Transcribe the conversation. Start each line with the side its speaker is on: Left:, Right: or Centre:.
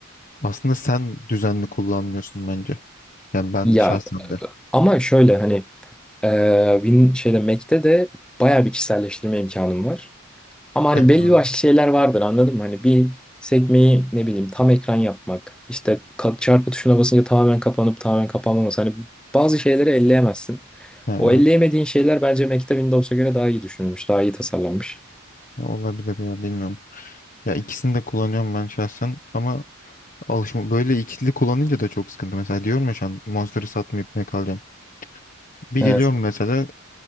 Left: aslında sen düzenli kullanmıyorsun bence. Yani ben
Centre: Ya
Left: şahsen de.
Centre: ama şöyle hani e, Win şeyde Mac'te de bayağı bir kişiselleştirme imkanım var. Ama hani
Left: Evet
Centre: belli
Left: doğru.
Centre: başlı şeyler vardır anladın mı? Hani bir sekmeyi ne bileyim tam ekran yapmak. işte ka- çarpı tuşuna basınca tamamen kapanıp tamamen kapanmaması. Hani bazı şeyleri elleyemezsin.
Left: Ya,
Centre: O
Left: evet
Centre: elleyemediğin şeyler bence Mac'te Windows'a göre daha iyi düşünülmüş. Daha iyi tasarlanmış.
Left: olabilir ya bilmiyorum. Ya ikisini de kullanıyorum ben şahsen ama alışma böyle ikili kullanınca da çok sıkıntı. Mesela diyorum ya şu an Monster'ı satmayıp kalacağım. Bir
Centre: Evet.
Left: geliyorum mesela